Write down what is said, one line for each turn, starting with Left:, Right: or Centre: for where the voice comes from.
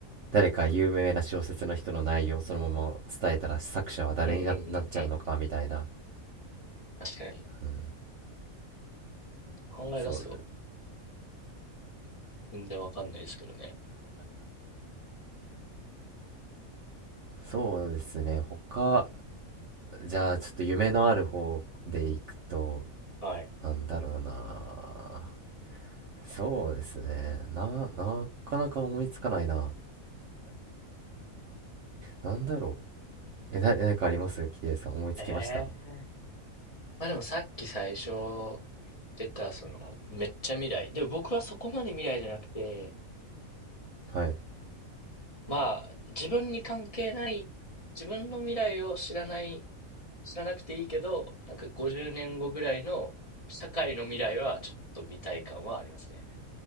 Right: 誰か有名な小説の人の内容をそのまま伝えたら作者は誰にな、
Left: うんうんうんうん。
Right: なっちゃうのかみたいな。
Left: 確かに。
Right: うん。
Left: 考え出すと、
Right: そう
Left: 全然わかんないですけどね。
Right: そうですね。他、じゃあちょっと夢のある方でいくと、
Left: はい。
Right: なんだろうな。そうですね。な、なかなか思いつかないな。なんだろう。え、な、何かありますキイさん、思いつきました
Left: ええまあでもさっき最初出た、その、めっちゃ未来。でも僕はそこまで未来じゃなくて、
Right: はい。
Left: まあ自分に関係ない、自分の未来を知らない、知らなくていいけど、なんか50年後ぐらいの社会の未来はちょっと見たい感はありますね。やっ